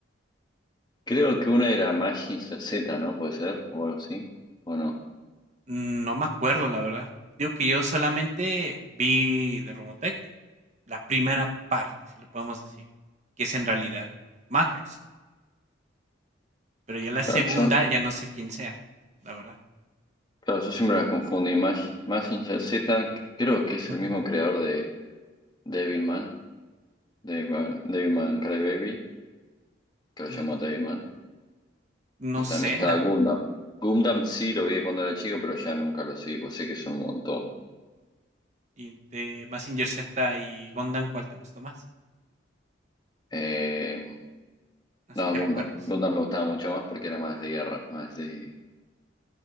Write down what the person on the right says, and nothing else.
No me acuerdo, la verdad. Digo que yo solamente vi de Robotech la primera parte, si lo podemos decir, que es en realidad Macros, pero ya la segunda
ya no sé quién sea, la verdad.
Ujú.
Mm,
No
sé,
la
verdad.
Y entre Mazinger Z y Gundam ¿cuál te gustó más?
Así
que
recuerdes.